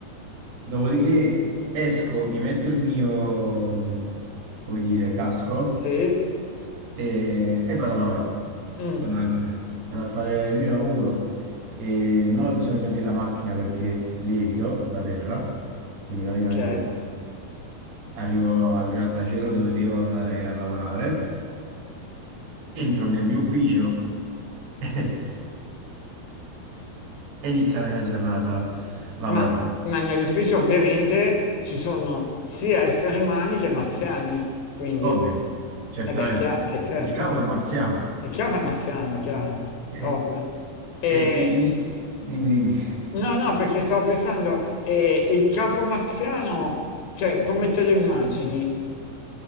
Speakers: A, on the right (about 75°); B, on the left (about 80°).
A: Dopodiché esco, mi metto il mio, come dire, casco
B: sì,
A: e, e vado a lavorare,
B: Mm,
A: fondamentalmente. Vado a fare il mio lavoro e non ho bisogno della macchina perché lievito da terra, quindi praticamente
B: ok.
A: arrivo al grattacielo dove devo andare a lavorare, entro nel mio ufficio <laughs> e, e inizia la mia giornata lavorativa.
B: Ma, ma nell'ufficio ovviamente ci sono sia esseri umani che marziani, quindi,
A: Ovvio, certamente.
B: eh beh, chiaro, è certo,
A: Il capo è un marziano.
B: è chiaro che è marziano, è chiaro,
A: Eh,
B: è ovvio. E,
A: e i- i- dimmi, dimmi.
B: no, no, perché stavo pensando, eh, il capo marziano, cioè, come te lo immagini?